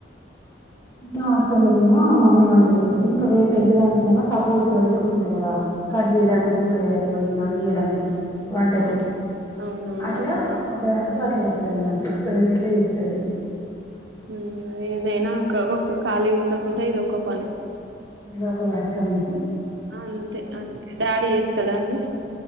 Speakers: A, on the left; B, on the right.
A: మ్ హాస్టల్లనేమో మమ్మీ వంట జేస్తది ఇంక వేరె పెద్ద దాంట్లొనెమో సపోట్గ పెట్టుకుంటరు గద. కడ్ జేయడానికి కూరగాయాలు ఏమన్న అందియ్యడానికి. వంటకి
B: అవును అవునవును
A: అట్లా
B: అవును ఆ.
A: ఒక దాంట్లొ అట్ వేస్తదిన్నట్టు రెండిట్లో జేస్తది.
B: ఉమ్ ఏదైనా ఒక ఒక ఖాళీగుండకుంట ఇదొక పని.
A: ఇదొక వర్కని.
B: అంతే అంతే డాడీ చేస్తాడాండి